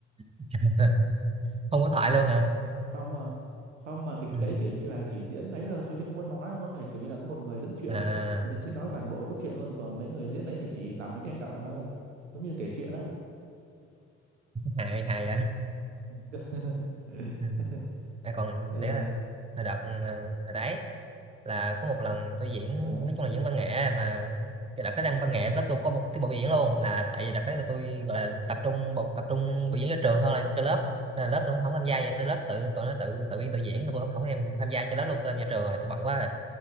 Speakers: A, on the right (about 15°); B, on the right (about 85°).
A: <laughs> không có thoại luôn hả
B: không mà không mà kịch
A: ừ.
B: đấy kiểu như là chỉ diễn đấy thôi chứ không có nói ông ơi kiểu như là có một người dẫn chuyện
A: à
B: ấy người ta sẽ nói toàn bộ cốt truyện luôn còn mấy người diễn đấy thì chỉ làm mấy cái hành động thôi giống như kể chuyện á
A: hài hài vậy
B: <laughs>
A: ừ. à, còn
B: ờ
A: để là hồi đợt ờ, hồi đấy là có một lần tôi diễn
B: mà đấy à.
A: nói chung là diễn văn nghệ mà cái đợt cái đăng văn nghệ lớp tôi có một tiết mục biểu diễn luôn là tại vì đợt cái là tôi gọi là tập trung bộ- tập trung biểu diễn cho trường hơn là cho lớp nên là lớp tôi không, không tham gia vậy tôi lớp tự tụi nó tự tự biên tự
B: Ừ,
A: diễn tôi không không em tham gia cho lớp luôn tôi tham gia trường rồi tôi bận quá rồi